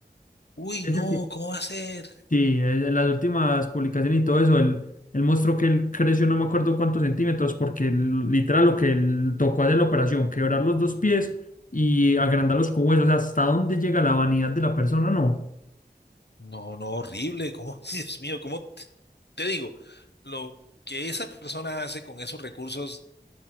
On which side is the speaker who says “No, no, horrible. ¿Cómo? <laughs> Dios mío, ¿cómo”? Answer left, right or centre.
Left